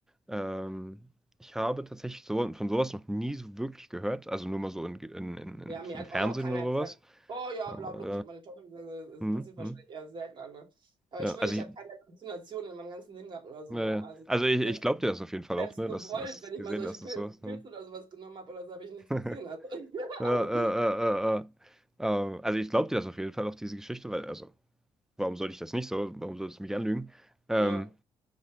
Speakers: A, in the centre; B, on the right.
A: Ähm, ich habe tatsächlich so, von sowas noch nie so wirklich gehört, also nur mal so in, in, in, in,
B: Ja, mir
A: im
B: hat
A: Fernsehen
B: auch noch keiner
A: oder
B: erzählt,
A: sowas.
B: oh ja,
A: Aber
B: bla bla, ich habe meine Tochter gesagt Also, Das
A: äh, hm,
B: passiert wahrscheinlich
A: hm,
B: eher selten Ne? Aber
A: ja,
B: ich schwöre,
A: also
B: ich
A: ich,
B: habe keine Halluzination in meinem ganzen Leben gehabt oder so.
A: äh,
B: Ne? Also
A: also ich,
B: selbst,
A: ich glaube dir das auf jeden Fall
B: selbst
A: auch, ne,
B: gewollt,
A: dass das
B: wenn ich
A: gesehen,
B: mal solche
A: dass
B: Pil
A: es sowas. Ne?
B: Pilze oder sowas genommen habe oder so, habe ich nichts
A: <laughs>
B: gesehen. Also, <laughs>
A: Äh, äh, äh,
B: also
A: äh, äh. Ähm, also ich glaube dir das auf jeden Fall, auch diese Geschichte, weil, also, warum sollte ich das nicht so? Warum solltest du mich anlügen? Ähm,
B: ja,